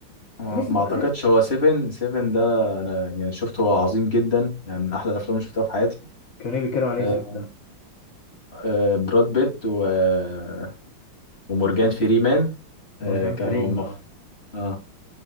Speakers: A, on the left (about 30°); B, on the left (about 45°).
A: آه،
B: كان اسمه
A: ما اعتقدش
B: كان إيه؟
A: هو سيفن سيفن ده انا يعني شفته هو عظيم جدا يعني من احلى الافلام اللي شفتها في حياتي
B: كان ايه بيتكلم عليه
A: آه،
B: سيفن ده
A: آه، براد بيت و... آه، ومورجان فريمان
B: مورجان
A: آه، كانوا
B: فريمان
A: مف...
B: اه
A: آه.